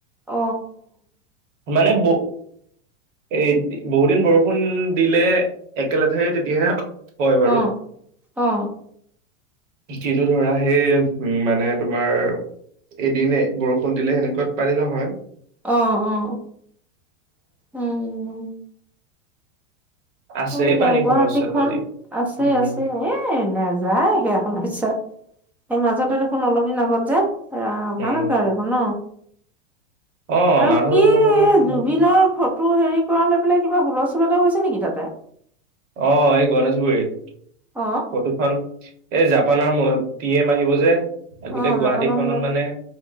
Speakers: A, in the centre; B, on the right.
A: অ
B: মানে ব এ বহুত দিন বৰষুণ দিলে একেলথে তেতিয়াহে হয় বাৰু,
A: অ আহ
B: কিন্তু ধৰা সেই উ মানে তোমাৰ এদিন বৰষুণ দিলে সেনেকুৱাত পানী নহয়।
A: অ অ উম উ উ
B: আছে
A: অ দিয়া
B: পানী
A: গুৱাহাটীখন
B: সমস্যাটো এতিয়া
A: আছে
B: উম
A: আছে এ নাযায় সেয়া সমস্যা। এই মাজতে দেখোন অলপ দিন আগত যে ৰা হ
B: এই
A: কখ ন
B: অ
A: আৰু
B: মানুহজনৰ
A: কি জুবিনৰ
B: কিমান
A: ফ টো হেৰি কৰা লৈ পেলাই কিবা হুলস্থূল হৈছে নেকি তাতে?
B: অ এই গণেশগুৰিত।
A: অ
B: ফটোখন এ যাব। জাপানৰ মূৰত পি এম আহিব যে আৰু গোটেই
A: অ
B: গুৱাহাটীখনত
A: জাপানৰ বোলে
B: মানে